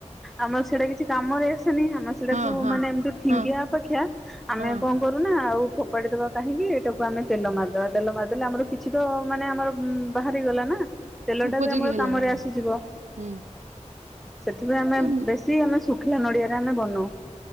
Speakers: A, in the centre; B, on the right.
A: ଆମର ସେଇଟା କିଛି କାମରେ ଆସେନି, ଆମେ ସେଟାକୁ
B: ହଁ ହଁ
A: ମାନେ ଏମିତି ଫିଙ୍ଗିବା
B: ହଁ।
A: ଅପେକ୍ଷା ଆମେ
B: ହଁ
A: କଣ କରୁନା ଆଉ ଫୋପାଡି ଦବା କାହିଁକି ସେଇଟାକୁ ଆମେ ତେଲ ମାରିଦବା, ତେଲ ମାରିଦେଲେ, ଆମର କିଛି ତ ମାନେ ଆମର ବାହାରି ଗଲା ନା। ତେଲ ଟା
B: ଉପଯୋଗୀ
A: ବି ଆମର
B: ହେଲା
A: କାମରେ
B: ହଁ
A: ଆସିଯିବ।
B: ହୁଁ
A: ସେଥିପାଇଁ ଆମେ
B: ତ
A: ବେଶୀ ଆମେ ଶୁଖିଲା ନଡିଆରେ ଆମେ ବନୋଉ।